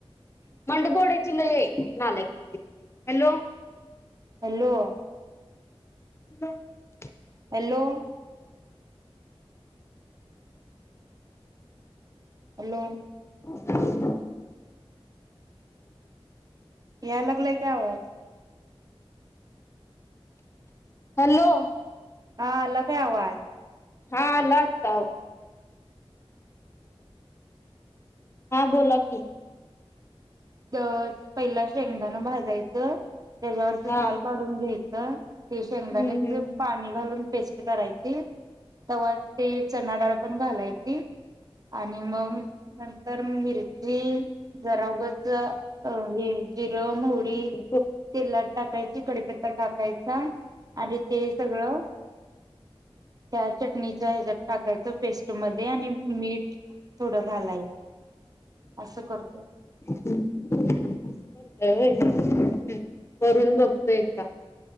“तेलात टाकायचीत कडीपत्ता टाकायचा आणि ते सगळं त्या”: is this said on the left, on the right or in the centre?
Right